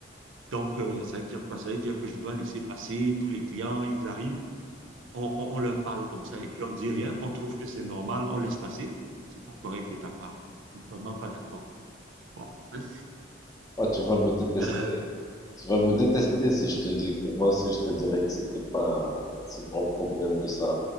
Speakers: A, on the right; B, on the left.
A: Donc, euh, ça veut dire quoi? Ça veut dire que je dois laisser passer tous les clients, ils arrivent, on, on- on leur parle comme ça et puis on ne dit rien, on trouve que c'est normal, on laisse passer. C'est pas correct de ta part. Je ne suis vraiment pas d'accord. Bon, bref.
B: Moi, tu vas me détester.
A: Euh,
B: Tu vas me détester si je te dis que moi aussi, je te dirais que c'était pas un, un si grand problème que ça.